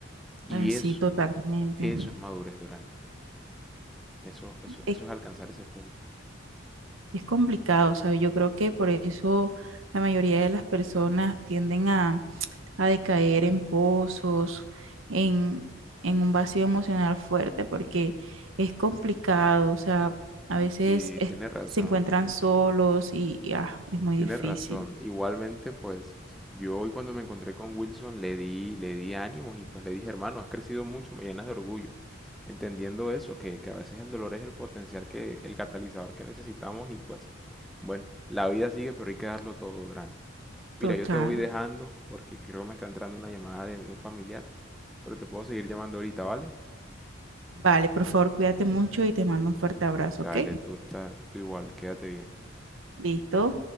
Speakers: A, in the centre; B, on the right (about 75°).
A: Y
B: Así
A: eso,
B: totalmente.
A: eso es madurez, Dorani. Eso, eso, eso
B: Eh,
A: es alcanzar ese punto.
B: Es complicado, ¿sabes? Yo creo que por eso la mayoría de las personas tienden a, a decaer en pozos, en, en un vacío emocional fuerte, porque es complicado, o sea, a veces
A: Y
B: es-
A: tienes razón.
B: se encuentran solos y, y, ah, es muy
A: Tienes
B: difícil.
A: razón. Igualmente, pues yo hoy cuando me encontré con Wilson le di, le di ánimos y pues le dije, hermano, has crecido mucho, me llenas de orgullo. Entendiendo eso, que, que a veces el dolor es el potencial que, el catalizador que necesitamos y pues, bueno, la vida sigue, pero hay que darlo todo, Dranis. Mira,
B: Total.
A: yo te voy dejando porque creo que me está entrando una llamada de, de un familiar, pero te puedo seguir llamando ahorita, ¿vale?
B: Vale, por favor, cuídate mucho y te mando un fuerte abrazo,
A: Dale,
B: ¿ok?
A: tú está, tú igual, quédate bien.
B: Listo.